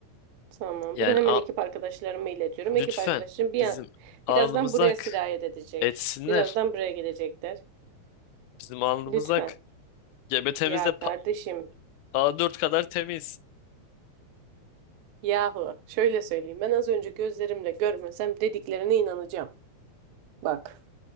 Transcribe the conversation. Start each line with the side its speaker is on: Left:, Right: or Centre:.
Right: Tamam.
Left: Yani
Right: Bunu hemen
Left: al,
Right: ekip arkadaşlarıma iletiyorum.
Left: lütfen
Right: Ekip arkadaşlarım bir
Left: bizim
Right: an-
Left: alnımız
Right: birazdan buraya
Left: ak
Right: sirayet edecek.
Left: etsinler.
Right: Birazdan buraya gelecekler.
Left: Bizim alnımız
Right: Lütfen.
Left: ak. GBT'miz
Right: Ya
Left: de pa-
Right: kardeşim.
Left: a dört kadar temiz.
Right: Yahu. Şöyle söyleyeyim. Ben az önce gözlerimle görmesem dediklerine inanacağım. Bak.